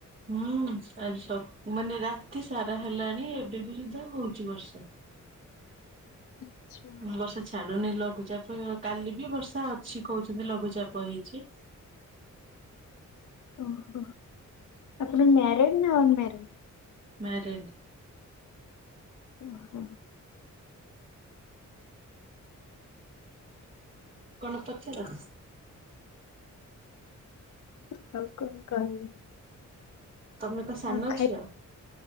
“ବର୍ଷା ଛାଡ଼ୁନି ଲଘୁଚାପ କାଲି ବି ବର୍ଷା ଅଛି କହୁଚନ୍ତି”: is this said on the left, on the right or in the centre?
Right